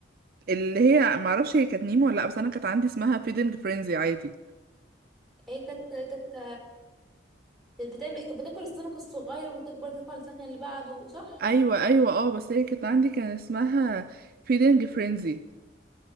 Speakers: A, on the right; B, in the centre.
A: اللي هي معرفش هي كانت نيمو ولا لا بس انا كانت عندي اسمها فيدنج فرينزي عادي
B: ايه كانت كانت كانت بتعمل كانت بتاكل السمك الصغير وتكبر تدخل السمكة اللي بعده صح؟
A: ايوه ايوه اه بس هي كانت عندي كان اسمها فيلينج فرينزي